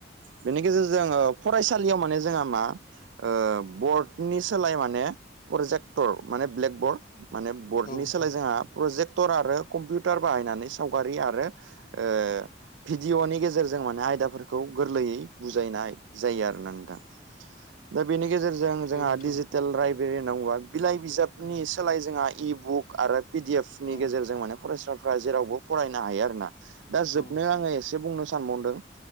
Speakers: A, on the right; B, on the left.
A: बेनि गेजेरजों ओ फरायसालियाव माने जोंहा मा ओ बर्डनि सोलाय माने प्रजेक्टर माने ब्लेक बर्ड माने बर्डनि
B: नोंथां
A: सोलाय जोंहा प्रजेक्टर आरो कम्पिउटार बाहायनानै सावगारि आरो ओ भिडिअ'नि गेजेरजों माने आयदाफोरखौ गोरलैयै बुजायनाय जायो आरोना नोंथां दा बेनि गेजेरजों जोंहा
B: औ नोंथां
A: डिजिटेल राइट <unintelligible> होनना बुङा बिलाइ बिजाबनि
B: औ
A: सोलाय जोंहा इबुक आरो पिडि एफ नि
B: औ
A: गेजेरजों माने फरायसाफ्रा जेरावबो फरायनो हायो आरोना दा
B: औ
A: जोबनायाव
B: नोंथां
A: आङो एसे बुंनो सानबावदों